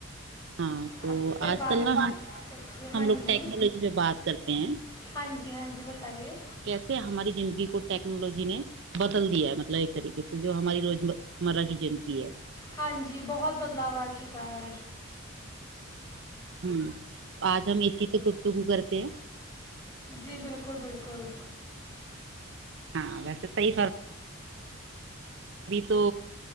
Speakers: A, on the right; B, on the left.
A: ہاں تو
B: آپ سے
A: آج
B: بات
A: کل ن
B: چیت کر کے ہاں
A: ہم لوگ
B: جی
A: ٹیکنالوجی پ بات کرتے ہیں
B: ہاں جی ہاں جی بتائیے
A: کیسے ہماری زندگی کو ٹیکنالوجی نے بدل دیا ہے مطلب ایک طریقے سے جو ہماری روز مرا کی زندگی ہے
B: ہاں جی بہت بدلاو آ چکا ہے
A: ہوں آج ہم اسی پ گپتگو کرتے ہیں
B: جی بالکل بالکل
A: ہاں ویسے صحی تو